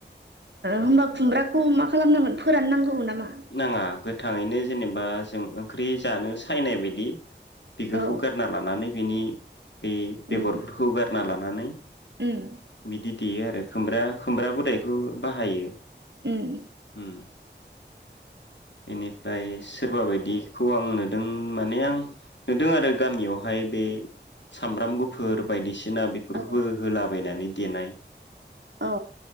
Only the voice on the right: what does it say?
होमबा खुमब्राखौ मा खालामनांगोन फोराननांगौ नामा?
औ
उम
उम
उम
औ
औ